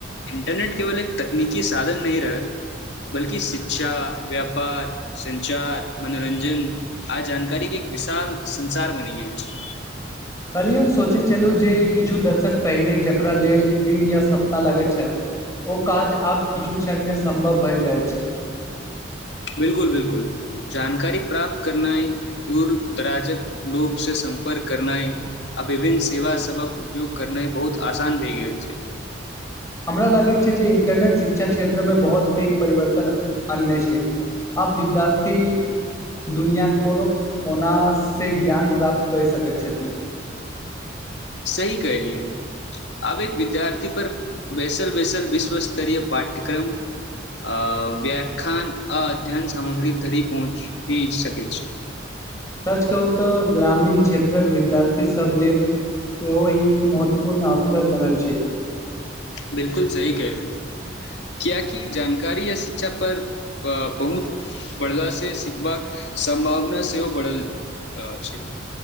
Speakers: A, on the left; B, on the left.
A: इंटरनेट केवल एक तकनीकी साधन नहि रहल बल्कि शिक्षा व्यापार संचार मनोरंजन आ जानकारीक एक विशाल संसार बनि गेल छै
B: कल्हि हम सोचै छलु जे किछु दशक पहिरे जकरा लेल दिन या सप्ताह लगैत छल ओ काज आब किछु क्षणमे सम्भव भए जाइत छै
A: बिल्कुल बिल्कुल जानकारी प्राप्त करनाए दूरदराजक लोक से सम्पर्क करनाय आ विभिन्न सेवा सभक उपयोग करनाइ बहुत आसान भए गेल छै
B: हमरा लागैत छै जे इंटरनेट शिक्षा क्षेत्रमे बहुत पैग परिवर्तन आनने छै आब विद्यार्थी दुनिया कोनो कोना से ज्ञान प्राप्त कैर सकैत छथि <inaudible>
A: सही कहलिऐ आब एक विद्यार्थी पर बैसल बैसल विश्व स्तरीय पाठ्यक्रम आ व्याख्यान आ अध्ययन सामग्री धरी पहुँची सकै छै
B: सच कहू तऽ ग्रामीण क्षेत्रक विद्यार्थी सभ लेल सेहो ई महत्वपूर्ण अवसर बनल छै
A: बिल्कुल सही केहलू कियाकी जानकारी या शिक्षा पर पहुँच पर्दा से सिखबाक सम्भावना सेहो बढ़ल अछि